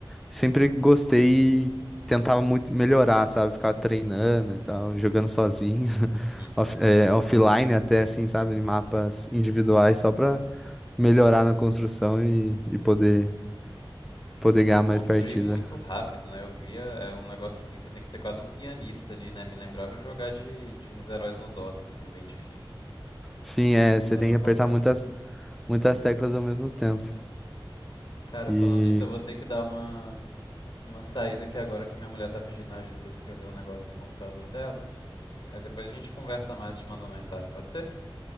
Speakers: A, in the centre; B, on the left.
A: sempre gostei e tentava muito melhorar, sabe? Ficava treinando e tal, jogando sozinho, <laughs>
B: Uhum.
A: off- é, offline até, assim, sabe? Em mapas individuais só pra melhorar na construção e, e poder, poder
B: É, tem
A: ganhar
B: que construir
A: mais partida.
B: muito rápido, né? Eu via, é um negócio assim, você tem que ser quase um pianista ali, né? Me lembrava jogar de, de uns heróis no Dota, assim, bem difíceis, né?
A: Sim,
B: Não
A: é, você
B: dá
A: tem
B: pra
A: que apertar
B: qualquer
A: muitas,
B: um.
A: muitas teclas ao mesmo tempo.
B: Cara,
A: E
B: falando nisso, eu vou ter que dar uma, uma saída aqui agora que minha mulher tá pedindo ajuda aqui pra ver um negócio no computador dela. Mas depois a gente conversa mais, te mando uma mensagem, pode ser?